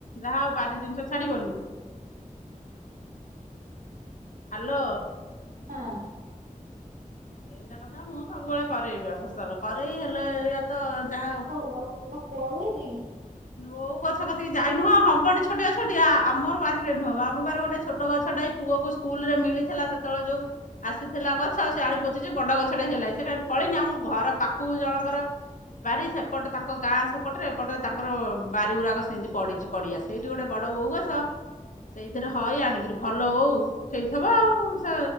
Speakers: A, on the left (about 65°); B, on the right (about 85°).
A: ଯାହା ଆଉ ବାରି ଜିନିଷ ଛାଡିବନି। ହାଲୋ।
B: ହଁ।
A: ଏନ୍ତା କଥା ମୁଁ ସବୁବେଳେ କରେଇବା ଫସଲ କରେଇ ହେଲେ ଏଇଆ ତ ଯାହା
B: <unintelligible> ଓଉ ହେଇଚି କି?
A: ଓଉ ଗଛ କତିକି ଯାଇ ନୁହଁ ହବନି ଛୋଟିଆ ଛୋଟିଆ ଆମର ବାରିରେ ନୁହଁବା ଆମ ବାରିରେ ଗୋଟେ ଛୋଟ ଗଛଟା ହେଇ ପୁଅକୁ ସ୍କୁଲ ରେ ମିଳିଥିଲା ସେତେବେଳେ ଯୋଉ ଆସିଥିଲା ଗଛ ସେ ଆଣି ପୋତିଚି ବଡ ଗଛଟେ ହେଲାଇ ସେ କାଇଁ ଫଳିନି ଆମ ଘର ପାଖୁକୁ ଜଣଙ୍କର ବାରି ସେପଟ ତାଙ୍କ ଗାଁ ସେପଟରେ ଏପଟେ ତାଙ୍କର ବାରି ଗୁରାକ ସେମିତି ପଡିଚି ପଡିଆ ସେଇଟି ଗୋଟେ ବଡ ଓଉ ଗଛ ସେଇଥିରେ ହଏ ଆଣିକିରି ଭଲ ଓଉ। ହେଇଥିବ ଆଉ ସେ